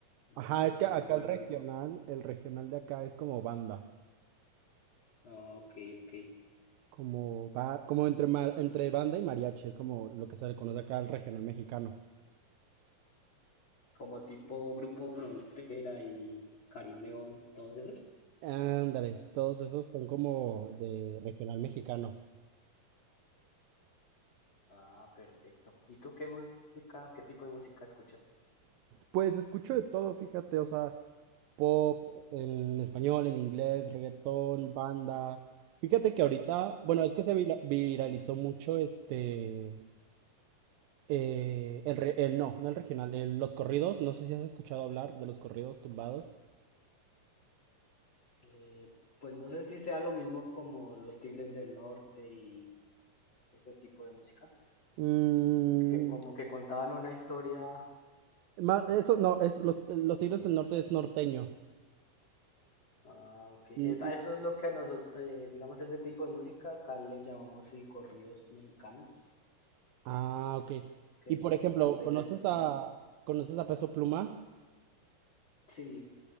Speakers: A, on the left; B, on the right.
A: no
B: Ajá,
A: sé si
B: es que
A: conoces
B: acá
A: a
B: el regional,
A: grupo,
B: el regional de acá es como banda.
A: ah, ok, ok,
B: Como va, como entre, ma- entre banda y mariachi, es como lo que se le conoce acá al regional mexicano.
A: como tipo Grupo Frontera y Karim León, todos esos.
B: Ándale, todos esos son como de regional mexicano.
A: Ah, perfecto. ¿Y tú qué música, qué tipo de música escuchas?
B: Pues escucho de todo, fíjate, o sea, pop, en español, en inglés, reggaetón, banda. Fíjate que ahorita, bueno, es que se vira- viralizó mucho este, eh, el, re- el- no, no el regional, el- los corridos, no sé si has escuchado hablar de los corridos tumbados.
A: Eh, pues no sé si sea lo mismo como los Tigres del Norte y ese tipo de música,
B: Mm,
A: que como que contaban una historia.
B: ma- eso no, es los, los Tigres del Norte es norteño.
A: Ah, ok. Es-
B: Mm,
A: a eso es lo que a nosotros, digamos, ese tipo de música acá le llamamos sí, corridos mexicanos,
B: Ah, ok.
A: que
B: Y
A: es
B: por ejemplo,
A: más de
B: ¿conoces
A: ese estilo.
B: a, conoces a Peso Pluma?
A: Sí,